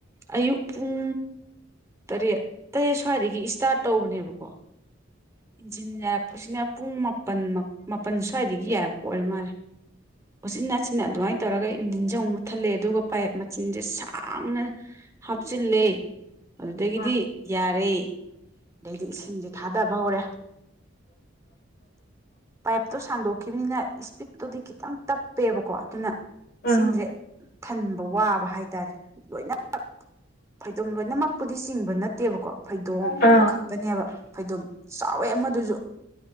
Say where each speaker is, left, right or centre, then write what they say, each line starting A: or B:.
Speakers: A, on the right; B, on the left.
A: ꯑꯌꯨꯛ ꯄꯨꯡ ꯇꯔꯦꯠ ꯇꯔꯦꯠ ꯁ꯭ꯋꯥꯏꯗꯒꯤ ꯏꯁꯇꯥꯔꯠ ꯇꯧꯕꯅꯦꯕꯀꯣ ꯏꯟꯖꯤꯟ ꯌꯥꯔꯛꯄꯁꯤꯅ ꯄꯨꯡ ꯃꯥꯄꯟ ꯃꯥꯄꯟ ꯁ꯭ꯋꯥꯏꯗꯒꯤ ꯌꯥꯔꯛꯄ ꯑꯣꯏꯔ ꯃꯥꯜꯂꯦ ꯎꯆꯤꯟ ꯅꯥꯆꯤꯟꯅ ꯑꯗꯨꯃꯥꯏꯅ ꯇꯧꯔꯒ ꯏꯟꯖꯤꯟꯁꯦꯨꯛ ꯃꯨꯠꯊꯠꯂꯦ ꯑꯗꯨꯒ ꯄꯥꯏꯞ ꯃꯆꯤꯟꯖꯦ ꯁꯥꯡꯅ ꯍꯥꯞꯆꯤꯜꯂꯦ ꯑꯗꯨꯗꯒꯤꯗꯤ
B: ꯑꯥ
A: ꯌꯥꯔꯦ ꯑꯗꯩꯗꯤ ꯏꯁꯤꯡꯁꯦ ꯊꯥꯗꯕ ꯍꯧꯔꯦ ꯄꯥꯏꯞꯇꯣ ꯁꯥꯡꯗꯣꯛꯈꯤꯕꯅꯤꯅ ꯏꯁꯄꯤꯠꯇꯨꯗꯤ ꯈꯤꯇꯪ ꯇꯞ ꯀꯄꯦꯕꯀꯣ ꯑꯗꯨꯅ
B: ꯎꯝ
A: ꯏꯁꯤꯡꯁꯦ ꯊꯟꯕ ꯋꯥꯕ ꯍꯥꯏꯇꯥꯔꯦ ꯂꯣꯏꯅꯃꯛ ꯐꯩꯗꯣꯝ ꯂꯣꯏꯅꯃꯛꯄꯨꯗꯤ ꯆꯤꯡꯕ ꯅꯠꯇꯦꯕꯀꯣ ꯐꯩꯗꯣꯝ
B: ꯑꯥ
A: ꯑꯃꯈꯛꯇꯅꯦꯕ ꯐꯩꯗꯨꯝ ꯆꯥꯎꯋꯦ ꯑꯃꯗꯨꯁꯨ